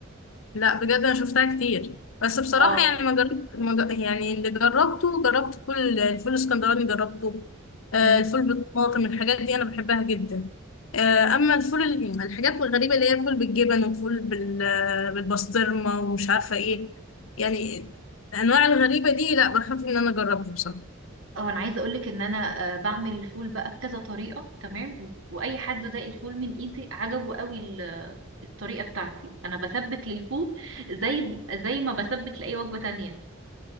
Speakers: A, on the left (about 70°); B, on the right (about 70°).
A: لا بجد انا شفتها كتير بس بصراحه
B: اه
A: يعني ما جربت ما ج- يعني اللي جربته جربت فول الفول الاسكندراني جربته آه،
B: امم
A: الفول بالطماطم الحاجات دي انا بحبها جدا آه، اما الفول ال- الحاجات الغريبه اللي هي الفول بالجبن والفول بال- آه، بالبسطرمه ومش عارفه ايه يعني الانواع الغريبه دي لا بخاف ان انا اجربها بصراحه
B: اه انا عايزه اقول لك ان انا آه، بعمل الفول بقى بكذا طريقه تمام و- واي حد داق الفول من ايدي عجبه قوي ال- الطريقه بتاعتي انا بسبك للفول زي زي ما بسبك لاي وجبه تانية